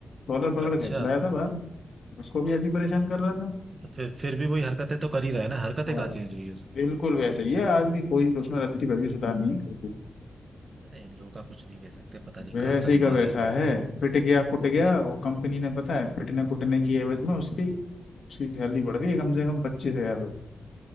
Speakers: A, on the left; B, on the right.
A: कॉलर पकड़
B: अच्छा
A: के चलाया था बाहर उसको भी ऐसी परेशान कर रहा था
B: तो फिर फिर भी वही हरकतें तो कर ही रहा है ना हरकतें
A: वाह
B: कहाँ चेंज हुई है उसकी
A: बिल्कुल वैसे ही है आज भी कोई उसमें रत्ती भर भी सुधार नहीं है।
B: अरे इन लोगों का कुछ नहीं कह सकते पता नहीं
A: वैसे
B: कहाँ का दिमाग
A: ही का वैसा
B: है इनका
A: है पिट गया कुट गया वो कंपनी ने पता है पिटने कुटने की एवज में उसकी उसकी सैलरी बढ़ गई कम से कम पच्चीस हजार रुपये